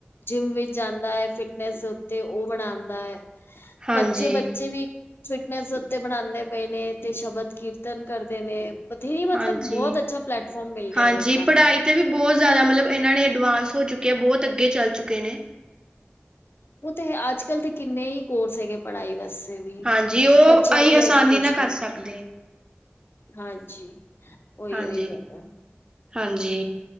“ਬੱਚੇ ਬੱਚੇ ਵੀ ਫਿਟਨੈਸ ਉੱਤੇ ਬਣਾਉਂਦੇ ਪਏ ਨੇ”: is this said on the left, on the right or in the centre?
Left